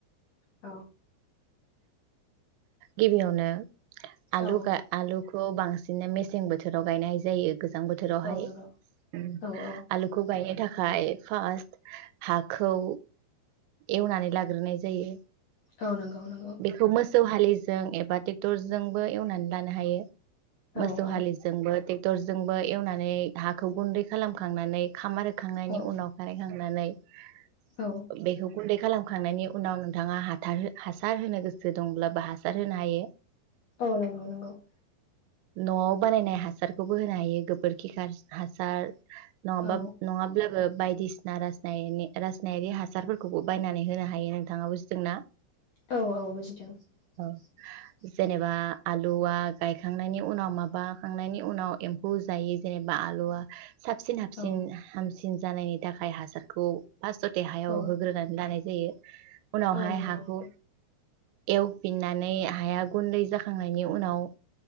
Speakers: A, on the left (about 55°); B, on the right (about 85°).
A: औ
B: गिबियावनो आलु
A: औ
B: गाय आलु खौ बांसिननो मेसें बोथोराव गायनाय जायो गोजां बोथोरावहाय
A: औ नंगौ
B: ओम
A: औ औ
B: आलुखौ गायनो थाखाय थाखाय फारस्ट हाखौ एवनानै लाग्रोनाय जायो
A: औ नंगौ औ नंगौ
B: बेखौ मोसौ हालिजों एबा टेक्टरजोंबो एवनानै लानो हायो मोसौ
A: औ औ
B: हालिजोंबो ट्राकटर- टेकटरजोंबो एवनानै हाखौ गुनदै खालामखांनानै खामार खांनायनि
A: औ
B: उनावहाय नानै
A: औ
B: <unintelligible> बेखौ गुनदै खालामो । खांनायनि उनाव नोंथाङा हाथार हासार होनो गोसो दंब्लाबो हासार होनो हायो ।
A: औ नंगौ नंगौ ।
B: न'आव बानायनाय हासारखौबो होनो हायो गोबोरखि हासा हासार। नङाबा
A: औ
B: नङाब्लाबो बायदिसिना रासायनिक रासनायारि हासारफोरखौबो बायनानै होनो हायो नोंथाङा बुजिदोंना?
A: औ औ बुजिदों ।
B: औ जेनेबा आलुआ गायखांनायनि उनाव माबाखांनायनि उनाव एमफौ जायो जेनेबा आलुआ साबसिन हाबसिन
A: औ
B: हामसि हांसिन जानायनि थाखाय हासारखौ फास्तथाव हायाव
A: औ
B: होग्रोनानै दानाय जायो । उनावहाय
A: औ नंगौ
B: हाखौ
A: नंगौ
B: एवफिननानै हाया गुनदै जाखांनायनि उनाव